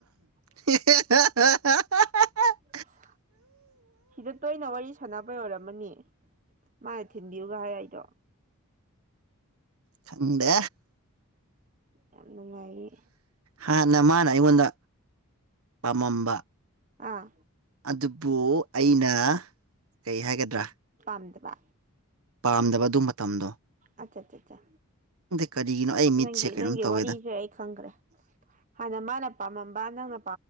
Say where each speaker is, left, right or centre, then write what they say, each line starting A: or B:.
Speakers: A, on the right; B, on the right.
A: <inaudible> <inaudible>
B: ꯎꯝ ꯁꯤꯗ ꯇꯣꯏꯅ ꯋꯥꯔꯤ ꯁꯥꯟꯅꯕ ꯑꯣꯏꯔꯝꯃꯅꯤ ꯃꯥꯅ ꯊꯤꯟꯕꯤꯌꯨꯒ ꯍꯥꯏ ꯑꯩꯗꯣ
A: ꯆꯟꯗꯦ
B: ꯌꯥꯝ ꯅꯨꯡꯉꯥꯏꯔꯤ
A: ꯍꯥꯟꯅ ꯃꯥꯅ ꯑꯩꯉꯣꯟꯗ ꯄꯥꯝꯃꯝꯕ
B: ꯑꯥ
A: ꯑꯗꯨꯕꯨ ꯑꯩꯅ ꯀꯩ ꯍꯥꯏꯒꯗ꯭ꯔꯥ
B: ꯄꯥꯟꯗ꯭ꯔ
A: ꯄꯥꯝꯗꯕ ꯑꯗꯨ ꯃꯇꯝꯗ
B: ꯑꯆꯥ ꯑꯆꯥ ꯑ
A: ꯀꯔꯤꯒꯤꯅꯣ ꯑꯩ ꯃꯤꯠꯁꯦ
B: ꯅꯪꯒꯤ
A: ꯀꯩꯅꯣꯝ
B: ꯅꯪꯒꯤ
A: ꯇꯧꯋꯦꯗ
B: ꯋꯥꯔꯤꯁꯦ ꯑꯩ ꯈꯪꯒ꯭ꯔꯦ ꯍꯥꯟꯅ ꯃꯥꯅ ꯄꯥꯝꯃꯝꯕ ꯅꯪꯅ